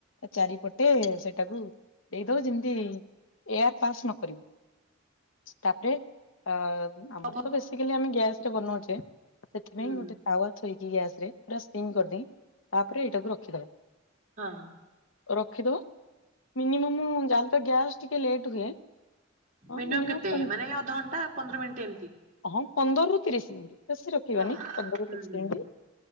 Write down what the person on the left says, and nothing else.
ଚାରିପଟେ ସେଇଟାକୁ ଦେଇଦବ ଯେମିତି ଏ ଆର୍ ପାସ୍ ନ କରିବ। ତାପରେ ଅ ଆମର
ତ ବେସିକାଲି ଆମେ ଗ୍ୟାସରେ ବନାଉଛେ ସେଥିପାଇଁ
ଗୋଟେ ତାୱା ଥୋଇକି ଗ୍ୟାସରେ ପୁରା ସିମ୍ କରିଦେଇକି, ତାପରେ ଏଇଟାକୁ ରଖିଦବ।
ରଖିଦବ ମିନିମମ ଯାହେଲେ ତ ଗ୍ୟାସ୍ ଟିକେ ଲେଟ ହୁଏ। ହଁ
ମିନିମମ୍
ହଁ ପନ୍ଦରରୁ ତିରିଶ ମିନିଟି ବେଶୀ ରଖିବାନି
ପନ୍ଦରରୁ
ତିରିଶ
ମିନିଟି।